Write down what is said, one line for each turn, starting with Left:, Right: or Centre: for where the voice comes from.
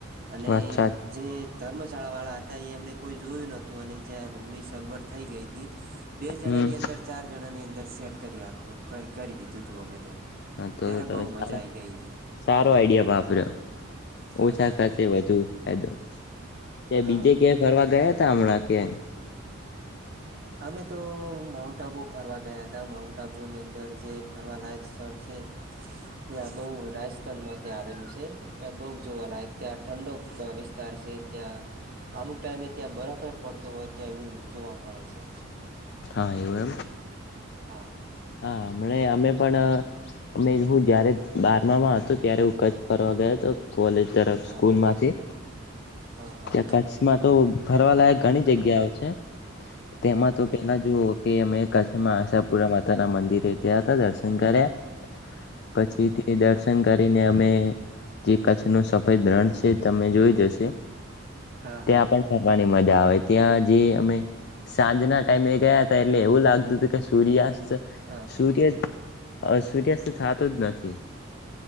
Right: અને
Left: અચ્છા
Right: જે ધર્મશાળા વાળા હતા એમને કોઈ જોયું ન તુ અને જ્યાં રૂમની સગવડ થઈ ગઈ હતી બે જણાની
Left: હમ
Right: અંદર ચાર જણાની દર સેટ કરી આપ્યું કર કરી દીધું તું અમે તો.
Left: હા તો
Right: ત્યારે
Left: તો તમે
Right: બહુ મજા
Left: સારા
Right: આઈ ગઈ હતી
Left: સારો આઈડિયા વાપર્યો
Right: હા
Left: ઓછા
Right: હા
Left: ખર્ચે વધુ ફાયદો કે
Right: હા
Left: બીજે કઈ ફરવા ગયા તા હમણાં. કેન.
Right: અમે તો માઉન્ટ આબુ ફરવા ગયા હતા માઉન્ટ આબુની અંદર જે ફરવાલાયક સ્થળ છે ત્યાં બઉ રાજસ્થાનમાં ત્યાં આવેલું છે ત્યાં બઉ જોવાલાયક ત્યાં ઠંડો વિસ્તાર છે ત્યાં અમુક ટાઈમે ત્યાં બરફ પડતો હોય ત્યાં એવું જોવા મળે છે.
Left: હા એવુ એમ.
Right: હા.
Left: હા હમણે અમે પણ અમે હું જયારે બારમામાં હતો ત્યારે હું કચ્છ ફરવા ગયો તો. કોલેજ તરફ
Right: હા
Left: સ્કૂલમાંથી
Right: હા હા હા
Left: ત્યા કચ્છમાં તો ફરવાલાયક ઘણી જગ્યા આવે છે. તેમાં તો પહેલા જે કે મેં કચમા આશાપુરામાં. તાના મંદિરે ગયા તા દર્શન કરવા. પછી તે દર્શ શન કરીને અમે જે કચનો સફેદ રંગ છે. તમે જોઈ જ હશે
Right: હા
Left: ત્યાં
Right: હા
Left: પણ ફરની મજા આવે. ત્યાં જે અમે સાંજના ટાઈમે ગયા હતા એટલે આવું લાગતું તું કે સૂર્યાસ્ત
Right: હા
Left: સૂર્ય આ સૂર્યાસ્ત થાતો નથી.